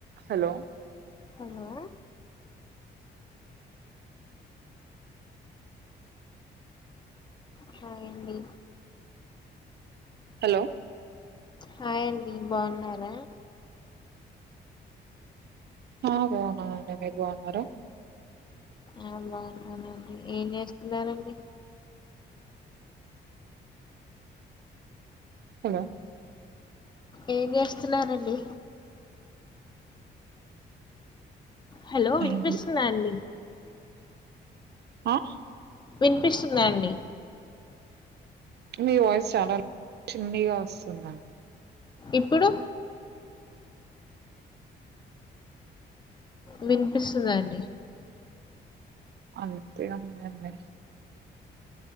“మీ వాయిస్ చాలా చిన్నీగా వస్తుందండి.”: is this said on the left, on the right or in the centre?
Right